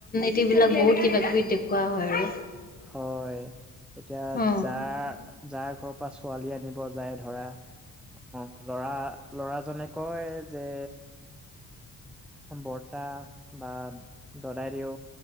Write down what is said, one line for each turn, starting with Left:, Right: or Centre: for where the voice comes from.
Left: টেই বিলাক বহুত কিবা কিবি দেখুওৱা হয় আৰু।
Centre: হয় এতিয়া
Left: অ
Centre: যা যাৰ ঘৰৰ পৰা ছোৱালী আনিব যায় ধৰা অ' লৰা ল'ৰাজনে কয় যে বৰ্তা বা দদাইদেউ